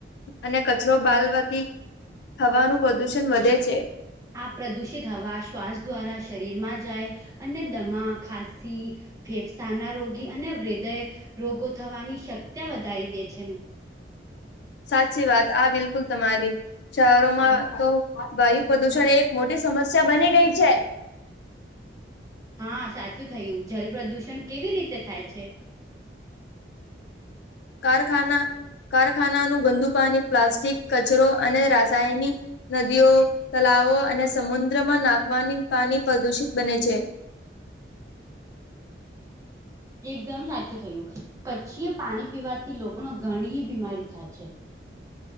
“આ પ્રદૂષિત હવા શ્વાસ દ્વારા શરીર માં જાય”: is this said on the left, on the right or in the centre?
Right